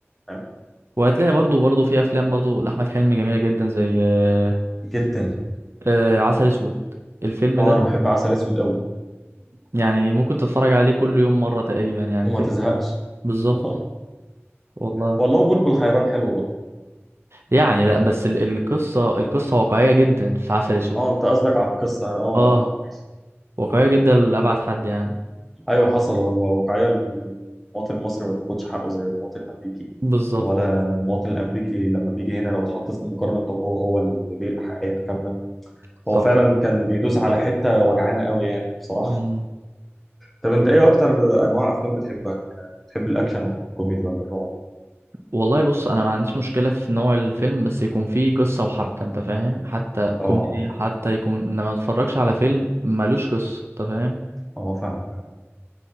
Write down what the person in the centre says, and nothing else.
فاهم
جدا
اه
انا بحب عسل اسود قوي
وما
تزهقش
<laughs>
والله بلبل حيران حلو برضه
اه انت قصدك على القصه اه
ماشي
ايوه حصل هو واقعيه المواطن المصري ما بياخدش حقه زي المواطن الامريكي
ولا المواطن الامريكي لما بيجي هنا لو اتحط في مقارنه هو هو اللي ليه الاحقيه الكامله
هو فعلا
كان بيدوس على حته وجعانه قوي يعني بصراحه
طب انت ايه اكتر انواع افلام بتحبها؟ بتحب الاكشن ولا الكوميدي ولا الرعب؟
اه
اه
اه فاهمك فاهمك.